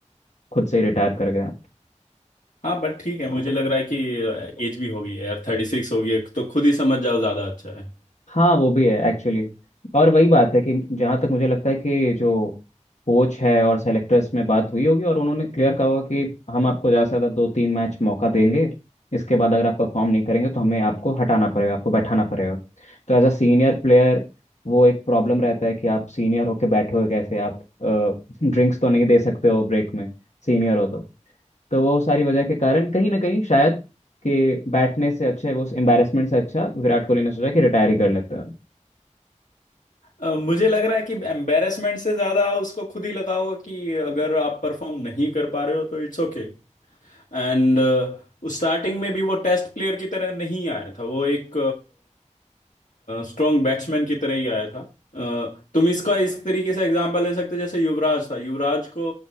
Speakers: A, on the left; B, on the left.
A: खुद से ही रिटायर कर गया
B: हाँ बट ठीक है मुझे लग रहा है कि एज भी होगी यार थर्टी सिक्स होगी तो खुद ही समझ जाओ ज्यादा अच्छा है
A: हाँ वो भी है एक्चुअली और वही बात है कि जहाँ तक मुझे लगता है कि जो कोच है और सेलेक्टर्स में बात हुई होगी और उन्होंने क्लियर कहा होगा कि हम आपको ज़्यादा से ज़्यादा दो तीन मैच मौका देंगे इसके बाद अगर आप परफॉर्म नहीं करेंगे तो हमें आपको हटाना पड़ेगा आपको बैठाना पड़ेगा तो एज अ सीनियर प्लेयर वो एक प्रॉब्लम रहता है कि आप सीनियर होके बैठोगे कैसे आप ड्रिंक्स तो नहीं दे सकते हो ब्रेक में सीनियर हो तो तो वो सारी वजह के कारण कहीं ना कहीं शायद कि बैठने से अच्छा है वो एम्बैरेसमेंट से अच्छा विराट कोहली ने सोचा कि रिटायर ही कर लेता है
B: अ, मुझे लग रहा है कि एम्बेरसमेंट से ज्यादा उसको खुद ही लगा होगा कि अगर आप परफॉर्म नहीं कर पा रहे हो तो इट्स ओके एंड स्टार्टिंग में भी वो टेस्ट प्लेयर की तरह नहीं आया था वो एक स्ट्रॉन्ग बैट्समैन की तरह ही आया था अ, तुम इसका इस तरीके से एग्जाम्पल ले सकते हो जैसे युवराज था युवराज को